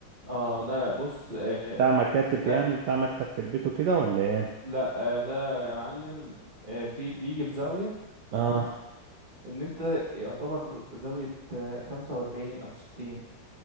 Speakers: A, on the right; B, on the right.
A: اه ده بص آه
B: بتاع مكاتب
A: ده
B: يعني بتاع مكتب في البيت وكده ولا ايه
A: لا آه ده يا معلم آه في بيجي بزاوية تمام
B: اه
A: ان انت يعتبر زاوية آه 45 او 60